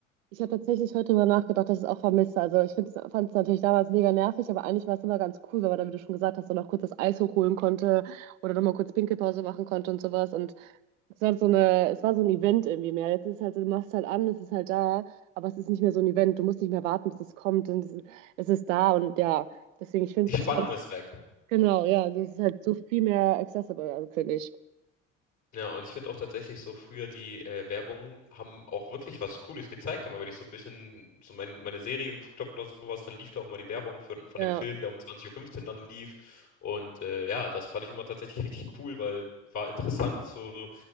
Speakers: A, on the right; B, on the left.
A: ich habe tatsächlich heute darüber nachgedacht, dass ich es auch vermisse. Also ich fand es natürlich damals mega nervig, aber eigentlich war es immer ganz cool, weil man, da, wie du schon gesagt hast, so noch kurz das Eis hochholen konnte oder nochmal kurz Pinkelpause machen konnte und sowas. Und es war so eine, es war so ein Event irgendwie mehr. Jetzt ist es halt so, du machst halt an, es ist halt da, aber es ist nicht mehr so ein Event. Du musst nicht mehr warten, bis es kommt und es ist, es ist da und ja, deswegen, ich finde
B: Die
A: es
B: Spannung ist weg.
A: Genau, ja, das ist halt so viel mehr accessible, also finde ich.
B: Ja, und ich finde auch tatsächlich so früher die äh, Werbung haben auch wirklich was Cooles gezeigt. Immer wenn ich so ein bisschen so mein, meine Serie geguckt habe oder sowas, dann lief da auch immer die Werbung für, von
A: Ja,
B: dem Film, der um 20.15 Uhr fünfzehn dann lief. Und äh, ja, das fand ich immer tatsächlich richtig cool, weil war interessant, so,